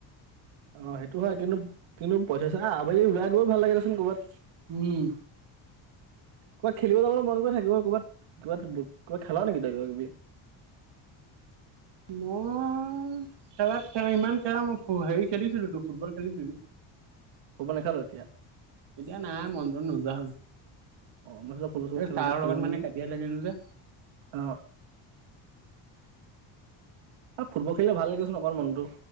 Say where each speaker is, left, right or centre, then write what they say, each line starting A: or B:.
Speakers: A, on the right; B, on the right.
A: অ সেইটো হয় কিন্তু কিন্তু পইচা চা আবেলি লাই গৈ ভাল লাগে দেচোন কৰবাত।
B: উম।
A: ক'ৰবাত খেলিব যাবলৈ মন গ থাকিব ক'ৰবাত কবাত ক'ৰবাত খেলা নেকি ত কিবা কিবি?
B: মই খেলাত খেলা ইমান খেলা মই হেৰি খেলিছিলো তো ফুটবল খেলিছিলো।
A: ফুটবল নেখেল এতিয়া?
B: এতিয়া নাই মন নোযোৱা হ'ল।
A: অ মই চ ফুটবল চুটবল
B: এই
A: খেল
B: ছাৰৰ
A: খেল
B: লগত মানে
A: নেকি
B: কাজিয়া লাগিলো যে
A: অ। ফুটবল খেলিলে ভাল লাগে দেচোন মনটো।